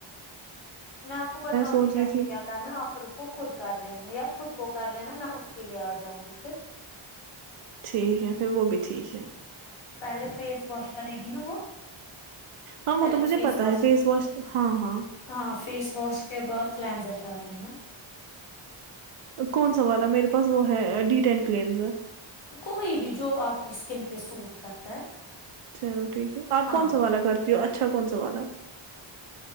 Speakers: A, on the left; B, on the right.
A: میں آپ کو بتاؤں
B: سوچ
A: گی کیسے
B: رہی تھی
A: کیا کرنا آپ پھر اس کو خود کر لینا یا خود کو کر لینا میں اس کے لیے آ جاؤں گی پھر <unintelligible>
B: ٹھیک ہے پھر وہ بھی ٹھیک ہے
A: پہلے فیس واش کرے گی نا وہ
B: ہاں
A: پہلا
B: وہ تو مجھے
A: فیس
B: پتا
A: واش
B: ہے ہاں ہاں
A: ہاں فیس واش کے بعد کلینزر کر لینا <unintelligible>
B: کون سا والا میرے پاس وہ ہے ڈی ٹین کلینزر
A: کوئی بھی جو آپ کی اسکن پہ سوٹ کرتا ہے
B: چلو ٹھیک ہے آپ
A: ہاں
B: کون سوالا کرتی ہو اچھا کون سا والالا ہے